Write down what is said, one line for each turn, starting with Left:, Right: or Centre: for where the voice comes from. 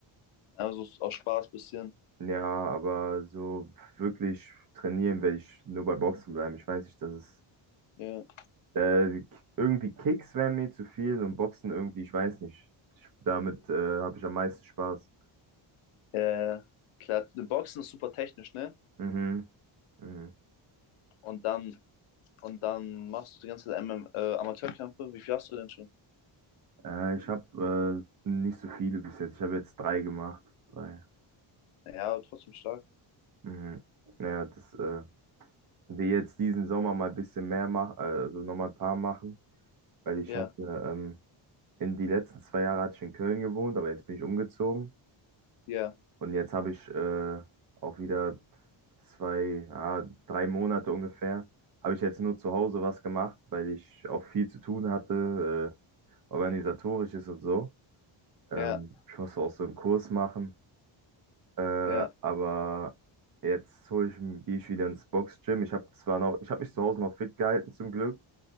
Left: Also ist auch Spaß bisschen.
Right: ja, aber so wirklich trainieren werde ich nur bei Boxen bleiben. Ich weiß nicht, das ist,
Left: Ja.
Right: äh, irgendwie Kicks wären mir zu viel und Boxen irgendwie, ich weiß nicht. Ich, damit, äh, habe ich am meisten Spaß.
Left: Ja, ja. klar. Boxen ist super technisch, ne?
Right: Mhm. Mhm.
Left: Und dann, und dann machst du die ganze Zeit MM, äh, Amateurkämpfe. Wie viel hast du denn schon?
Right: Äh, ich habe äh, nicht so viele bis jetzt. Ich habe jetzt drei gemacht. Drei.
Left: Ja, aber trotzdem stark.
Right: Mhm. Naja, das äh, will jetzt diesen Sommer mal ein bisschen mehr machen, also nochmal ein paar machen, weil ich
Left: Ja,
Right: hatte ähm, in die letzten zwei Jahre hatte ich in Köln gewohnt, aber jetzt bin ich umgezogen
Left: ja,
Right: und jetzt habe ich äh, auch wieder zwei, ja, drei Monate ungefähr, habe ich jetzt nur zu Hause was gemacht, weil ich auch viel zu tun hatte, äh, organisatorisches und so. Ähm,
Left: ja,
Right: ich musste auch so einen Kurs machen. Äh,
Left: ja,
Right: aber jetzt hol ich, gehe ich wieder ins Boxgym. Ich habe zwar noch, ich habe mich zu Hause noch fit gehalten zum Glück.